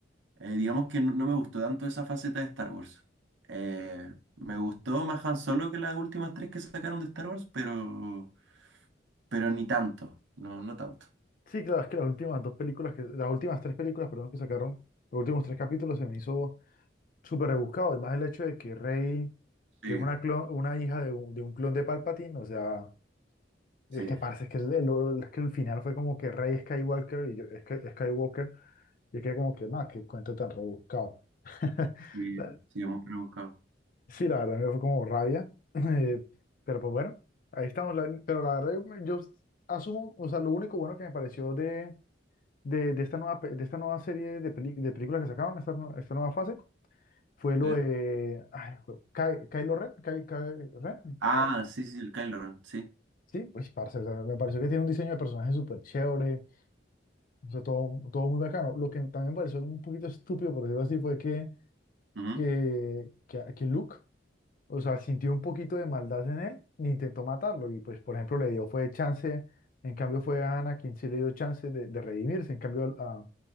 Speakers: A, on the right; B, on the left.
A: eh, digamos que no, no me gustó tanto esa faceta de Star Wars. Eh, me gustó más Han Solo que las últimas tres que sacaron de Star Wars, pero, pero ni tanto, no, no tanto.
B: Sí, claro, es que las últimas dos películas, que, las últimas tres películas, perdón, que sacaron, los últimos tres capítulos se me hizo súper rebuscado, y más el hecho de que Rey, que
A: Sí,
B: es una, clon- una hija de un, de un clon de Palpatine, o sea,
A: sí,
B: es que parece que el, el- es que el final fue como que Rey Skywalker y yo, Sky- Skywalker, y es que como que, no, qué cuento tan rebuscado. <laughs>
A: sí,
B: La-
A: sí, es muy rebuscado.
B: Sí, la verdad me fue como rabia, <laughs> eh, pero pues bueno, ahí estamos, la- pero la verdad yo, yo asumo, o sea, lo único bueno que me pareció de, de, de esta nueva, pe- de esta nueva serie de, peli- de películas que sacaron, esta, nue- esta nueva fase, fue lo
A: Sí.
B: de ay, jue- Ky- Kylo Ren, Ky- Ky- Ren,
A: Ah, sí, sí, sí, el Kylo Ren, sí.
B: sí, pues parce, o sea, me pareció que tiene un diseño de personaje súper chévere, o sea, todo, todo muy bacano. Lo que también me pareció un poquito estúpido, por decirlo así, fue que,
A: Ujú,
B: que, que, que Luke, o sea, sintió un poquito de maldad en él e intentó matarlo, y pues, por ejemplo, le dio, fue chance, en cambio fue a Ana quien sí le dio chance de, de redimirse, en cambio a,